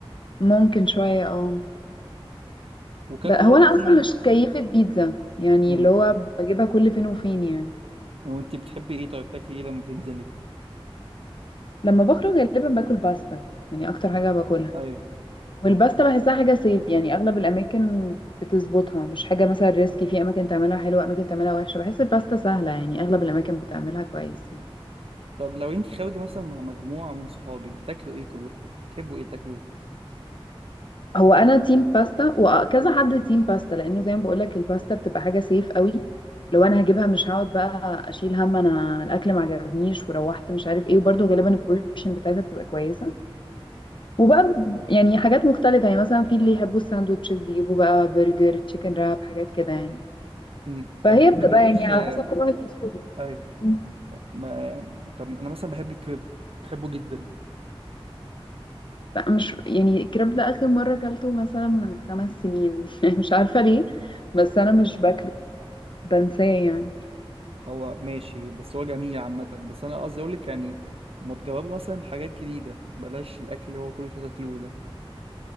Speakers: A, on the left; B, on the right.
A: ممكن شوية اه
B: وككواليتي
A: ب- هو انا اصلا مش كيفة بيتزا يعني
B: امم
A: اللي هو بجيبها كل فين وفين يعني
B: هو انت بتحبي ايه طيب تاكلي ايه لما بتنزلي
A: لما بخرج غالبا باكل باستا يعني اكتر حاجة باكلها
B: ايوه
A: والباستا بحسها حاجة صيف يعني أغلب الأماكن بتظبطها مش حاجة مثلا ريسكي في أماكن تعملها حلوة أماكن تعملها وحشة بحس الباستا سهلة يعني أغلب الأماكن بتعملها كويس يعني
B: طب لو انت خارجه مثلا مع مجموعه من صحابك بتاكلوا ايه كلكم بتحبوا ايه تاكلوه
A: هو أنا تيم باستا وكذا حد تيم باستا لأنه زي ما بقولك الباستا بتبقى حاجة صيف قوي لو أنا هجيبها مش هقعد بقى أشيل هم أنا الأكل ما عجبنيش وروحت مش عارف إيه وبرده غالبا البورشن بتاعتها بتبقى كويسة وبقى يعني حاجات مختلفة يعني مثلا في اللي يحبوا الساندوتشز يجيبوا بقى برجر تشيكن راب حاجات كده يعني
B: امم
A: فهي
B: طب ما بتاكلوش
A: بتبقى يعني على
B: آه،
A: حسب كل واحد بيشوف
B: ايوه
A: مم.
B: ما... طب انا مثلا بحب الكريب بحبه جدا
A: لا مش يعني الكريب ده اخر مره اكلته مثلا من خمس سنين <laughs> يعني مش عارفه ليه بس انا مش باكله بنساه يعني
B: هو ماشي بس هو جميل عامه بس انا قصدي اقول لك يعني ما تجربوا مثلا حاجات جديده بلاش الاكل اللي هو كل شويه تاكلوه ده